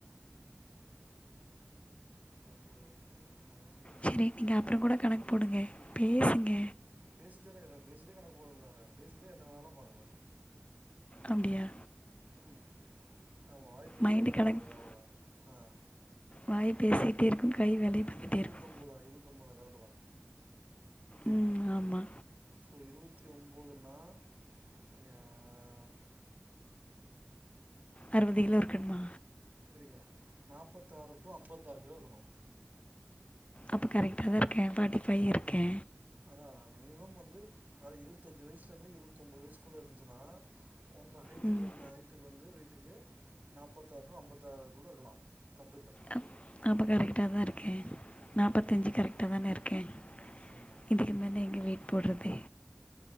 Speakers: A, on the right; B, on the left.
A: பத்தி ஆறு
B: செரி நீங்க அபுற கூட கணக்கு போடுங்க பேசுங்க
A: பேசிடேதாருகன் பேசிடே கணக்கு போடணு தான பேசிடே நா வெனாலா பாகலா
B: அபடியா
A: உம் ஆமா வாய்பேசு
B: மைண்டு
A: கை வேல
B: கணக்கு
A: பாக்குது அவளோதா ஆஹ
B: வாய் பேசிகிட்டே
A: இரு-இரு
B: இருக்கும் கை வேலையை பார்த்துட்டே
A: இருபதி
B: இருக்கும்
A: ஒம்பதா இருபதொன்பதா கரெக்ட் தா
B: உம் ஆமா
A: சோ இருபதி ஒம்பதுனா ய அ
B: அறுபது கிலோ இருகணுமா
A: இருங்க நாபதாறு டு அம்பதாறு கிலோ இருகணு
B: அப்ப கரெக்டா தா இருகே ஃபாட்டி ஃபை இருகே
A: ஆ மினிம வந்து இருபதஞ்சு வயசுலேந்து இருபதொம்பது வயசகுள்ளே இருந்துசுனா உங்க ஹைட்டுக்கு
B: ம்
A: வந்து ஹைட்டுக்கு வந்து வீட்டுக்கு நாற்பத்த ஆறு டு ஐம்பத்தாறுக்குள்ள இருக்கலாம் தப்பு இல்ல
B: அப் அப்போ கரெக்ட்டா தா இருக்கேன்
A: ம்
B: நாற்பத்தஞ்சு
A: ம்
B: கரெக்டா தானே இருக்கேன்
A: ஆமாம்
B: இதுக்கு மேல எங்க வீட்டு ப்படுத